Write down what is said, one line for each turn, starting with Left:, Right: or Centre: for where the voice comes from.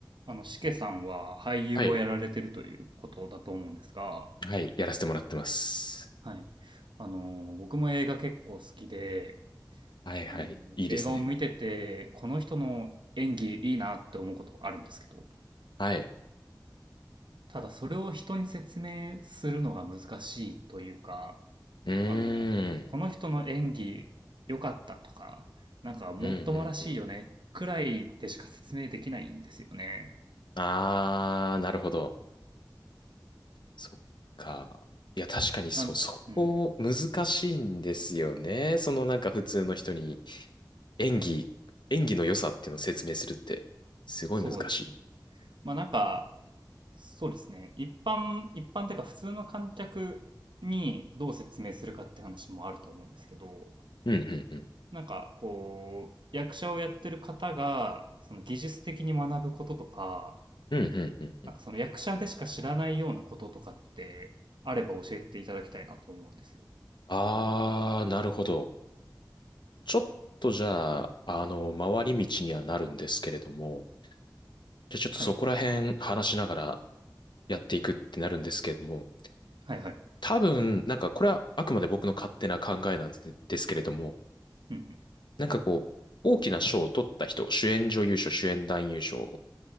Right: あの、しけさんは俳優をやられてるということだと思うんですが、
Left: はい。はい。やらせてもらってます。
Right: はい。あの、僕も映画結構好きで、
Left: はいはい。
Right: あの、
Left: いいですね。
Right: 映画を見てて、この人の演技いいなって思うことあるんですけど、
Left: はい。
Right: ただそれを人に説明するのが難しいというか、
Left: うーん。
Right: あの、この人の演技良かったとか、なんかもっともらしいよね、
Left: うんうんうん。
Right: くらいでしか説明できないんですよね。
Left: あー、なるほど。そっか。いや、確かにそう、
Right: なん、
Left: そこ難しいんですよね。
Right: うん、
Left: そのなんか普通の人に演技、演技の良さっていうのを説明するって、すごい難しい。
Right: そうですよね。まあなんか、そうですね。一般、一般っていうか普通の観客にどう説明するかって話もあると思うんですけど、
Left: うんうんうん。
Right: なんかこう、役者をやってる方が、その技術的に学ぶこととか、
Left: うんうんうんうん。
Right: なんかその役者でしか知らないようなこととかってあれば教えていただきたいなと思うんですよ。
Left: あー、なるほど。ちょっとじゃあ、あの、回り道にはなるんですけれども、じゃあちょっとそこら辺話しながら
Right: はい。
Left: やっていくってなるんですけれども、
Right: はいはい。
Left: 多分、なんかこれはあくまで僕の勝手な考えなんですですけれども、
Right: うん
Left: なんかこう、大きな賞を取った人、主演女優賞、主演男優賞、